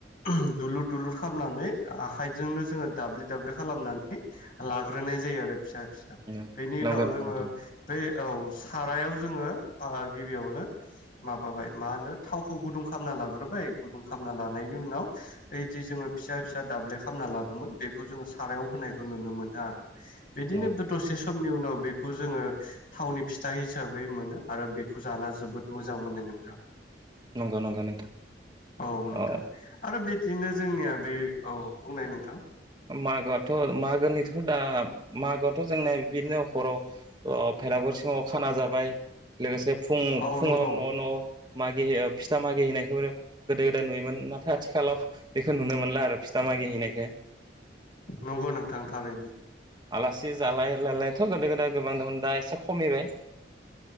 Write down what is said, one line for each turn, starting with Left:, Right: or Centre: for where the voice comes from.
Left: उम दुलुर दुलुर खामनानै आखाइजोंनो जोङो दाब्लि दाब्लि खालामनानै लाग्रोनाय जायो आरो फिसा फिसा
Right: नंगौ
Left: बेनि
Right: नंगौ
Left: उनाव जोङो
Right: नोंथां
Left: ओइ औ सारायाव जोङो आ गिबियावनो माबाबाय मा होनो थावखौ गुदुं खामना लाग्रोबाय गुदुं खामना लानायनि उनाव ओइदि जोङो फिसा फि सा दाब्ले खालामना लादोंमोन बेखौ जोङो सारायाव होनायखौ नुनो मोनो आर' बिदिनो
Right: अ
Left: दसे समनि उनाव बेखौ जोङो थावनि फिथा हिसाबै मोनो आरो बेखौ जाना जोबोद मोजां मोनो नोंथां।
Right: नंगौ नंगौ नोंथां
Left: औ नोंथां
Right: अ
Left: आरो बिदिनो जोंनिया बे औ बुंनाय नोंथां।
Right: मागोआथ' मागोनिथ' दा मागोआथ' जोंनिया बिदिनो हराव भेलागुर सिङाव खाना जाबाय लोगोसे फुं
Left: औ
Right: फुङाव
Left: नंगौ
Right: न' न' मागियो फिथा मागि हैनायखौ गोदो गोदाय नुयोमोन। नाथाय आथिखालाव बेखौ नुनो मोनला आरो फिथा मागि हैनायखो।
Left: नंगौ नोंथां थारैनो।
Right: आलासि जालाय लायलायथ' गोदो गोदाय गोबां दंमोन दा एसे खमिबाय।